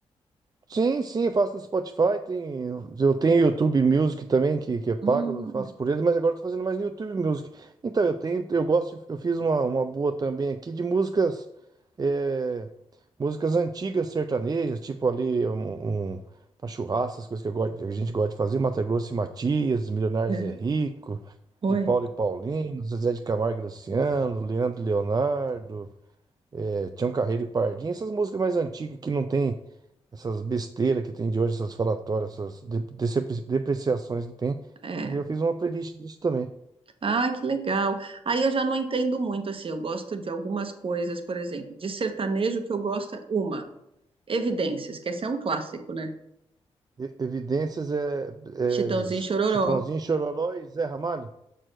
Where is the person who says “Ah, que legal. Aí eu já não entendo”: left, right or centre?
Right